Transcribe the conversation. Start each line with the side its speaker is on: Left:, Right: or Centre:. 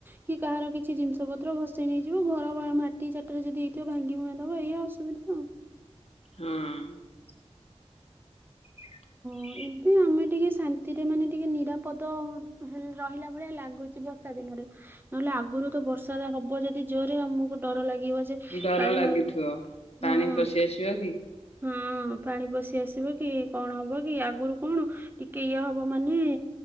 Right: କି କାହାର କିଛି କିଛି ଜିନିଷପତ୍ର ଭସେଇ ନେଇଯିବ ଘର ବା ମାଟି ଚାଟିରେ ଯେଦି ହେଇଥିବ ଭାଙ୍ଗି ଭୁଙ୍ଗା ଦବ ଏଇଆ ଅସୁବିଧା ଆଉ।
Left: ହଁ। <inaudible>
Right: ହଁ ଏବେ ଆମେ ଟିକେ ଶାନ୍ତିରେ ମାନେ ଟିକେ ନିରାପଦ ହେ ରହିଲା ଭଳିଆ ଲାଗୁଛି ବର୍ଷା ଦିନରେ। ନହେଲେ ଆଗରୁ ତ ବର୍ଷା ହବ ଯଦି ଜୋରରେ ଆମକୁ ଡର ଲାଗିବ ଯେ
Left: ଡର
Right: କାଳେ
Left: ଲାଗିଥିବ
Right: ନଈ ହୁଁ
Left: ପାଣି ପଶିଆସିବ କି?
Right: ହଁ ପାଣି ପଶିଆସିବ କି, କଣ ହବ କି? ଆଗରୁ କଣ ଟିକେ ଇଏ ହବ ମାନେ